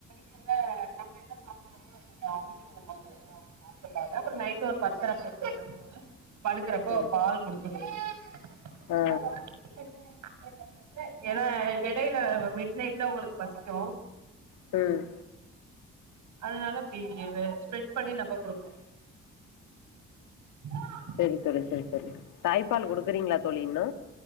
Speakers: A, on the right; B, on the left.
A: <unintelligible> நம்ம என்ன சாப்புர்றமோ அது கொஞ்சோ ஊட்டி வுடம்மோது அவுங்க சாப்ட்டுப்பாங்க அப்றோ நைட்டு ஒரு பத்தர பதனோரு மணிப் போல படுக்கறப்ப
B: ம்
A: பால் குடுத்துரு <unintelligible>
B: ஆ
A: எனா எடையில மிட் நைட்ல உங்களுக்கு பசிக்கு
B: ம்
A: அதனால அப்டி வே ஸ்பெட் பண்ணி நம்ப குடுப்போ <unintelligible>
B: செரித் தோழி செரித் தோழி தாய்ப்பால் குடுக்குறீங்ளாத் தோழி இன்னு